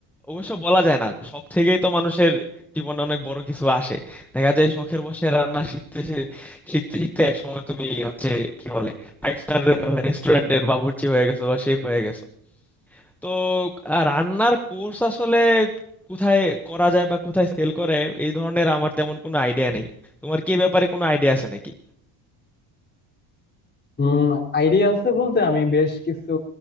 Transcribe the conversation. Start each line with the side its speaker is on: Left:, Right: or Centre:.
Centre: অবশ্য বলা যায় না শখ থেকেই তো মানুষের জীবনে অনেক বড় কিছু আসে দেখা যায় শখের বসে রান্না শিখতে শি- শিখতে শিখতে এক সময় তুমি হচ্ছে কি বলে ফাইভ স্টার রেস্টুরেন্টের বাবুর্চি হয়ে গেছো বা শেফ হয়ে গেছো তো আহ, রান্নার কোর্স আসলে কোথায় করা যায় বা কোথায় সেল করে এই ধরনের আমার তেমন কোনো আইডিয়া নেই তোমার কি এ ব্যাপারে কোনো আইডিয়া আছে নাকি
Left: হুম আইডিয়া আছে বলতে আমি বেশ কিছু